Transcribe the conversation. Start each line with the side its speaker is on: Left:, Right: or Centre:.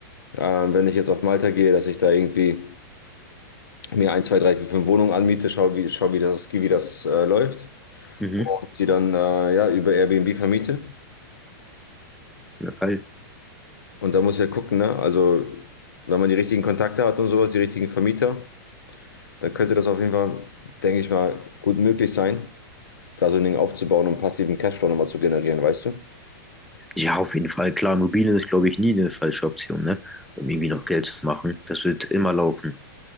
Left: ähm, wenn ich jetzt auf Malta gehe, dass ich da irgendwie mir ein, zwei, drei, vier, fünf Wohnungen anmiete, schau, wie, schau, wie das, wie das äh, läuft.
Centre: Mhm.
Left: Und die dann äh, ja, über Airbnb vermiete.
Centre: Ja, geil.
Left: Und da muss ich ja gucken, ne? Also, wenn man die richtigen Kontakte hat und sowas, die richtigen Vermieter, dann könnte das auf jeden Fall, denke ich mal, gut möglich sein. da so ein Ding aufzubauen, um passiven Cashflow nochmal zu generieren, weißt du?
Centre: Ja, auf jeden Fall. Klar, Immobilien ist, glaube ich, nie eine falsche Option, ne? Um irgendwie noch Geld zu machen. Das wird immer laufen.